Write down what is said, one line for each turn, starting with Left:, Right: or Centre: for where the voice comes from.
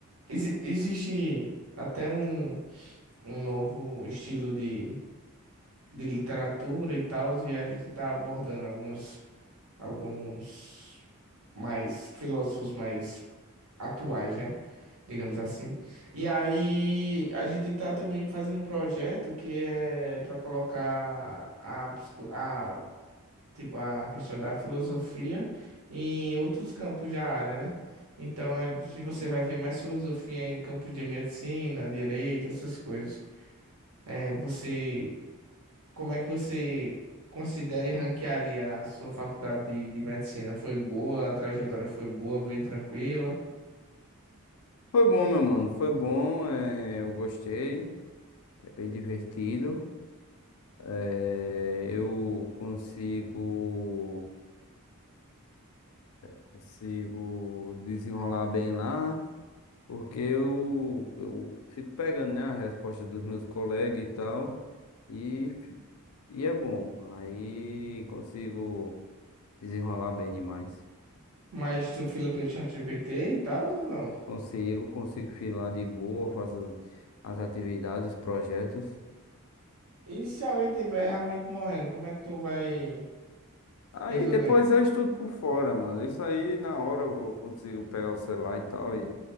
Right: exi- Existe até um, um novo estilo de, de literatura e tal, e a gente tá abordando alguns, alguns mais filósofos mais atuais, né? Digamos assim. E aí a gente tá também fazendo um projeto que é para colocar a, psico- a, tipo, a questão da filosofia em outros campos da área, né? Então a gente- você vai ver mais filosofia em campos de medicina, direito, essas coisas. É, você, como é que você considera e ranquearia a sua faculdade de, de medicina? Foi boa, a trajetória foi boa, bem tranquila?
Left: Foi bom, meu mano. Foi bom. é, eu gostei. É bem divertido. É, eu consigo, consigo desenrolar bem lá, porque eu, eu fico pegando, né, a resposta dos meus colegas e tal, e, fi- e é bom. Aí consigo desenrolar bem demais.
Right: Mas tu fila pelo ChatGPT e tal ou não?
Left: Consigo, consigo filar de boa, faço as as atividades, os projetos.
Right: E se alguém tiver realmente morrendo, como é que tu vai
Left: Aí
Right: resolver?
Left: depois eu estudo por fora, mano. Isso aí na hora eu vou- consigo pegar o celular e tal e